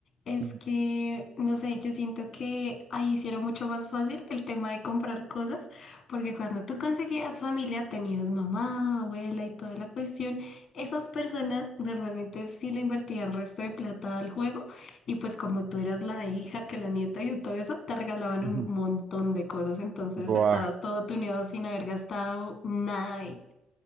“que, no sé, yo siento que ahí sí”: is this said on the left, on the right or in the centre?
Left